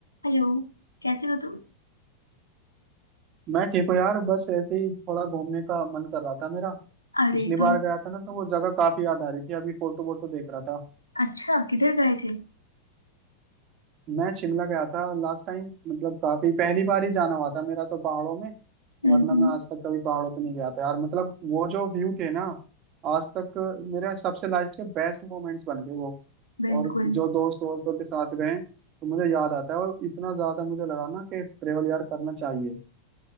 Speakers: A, on the left; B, on the right.
A: Hello कैसे हो तुम
B: मैं ठीक हूँ यार बस ऐसे ही थोड़ा घूमने का मन कर रहा था मेरा
A: अरे
B: पिछली
A: तुम
B: बार गया था ना तो वो जगह काफी याद आ रही थी अभी फोटो वोटो देख रहा था
A: अच्छा किधर गए थे
B: मैं शिमला गया था लास्ट टाइम मतलब काफी पहली बार ही जाना हुआ था मेरा तो पहाड़ों में
A: हम्म
B: वरना
A: हम्म,
B: मैं आज तक कभी पहाड़ों पे नहीं गया था यार मतलब वो जो व्यू थे ना आज तक मेरे सबसे लाइफ के बेस्ट मोमेंट्स बन गए वो
A: बिल्कुल
B: और जो दोस्त दोस्तों के साथ गए तो मुझे याद आता है और इतना ज्यादा मुझे लगा ना कि ट्रेवल यार करना चाहिए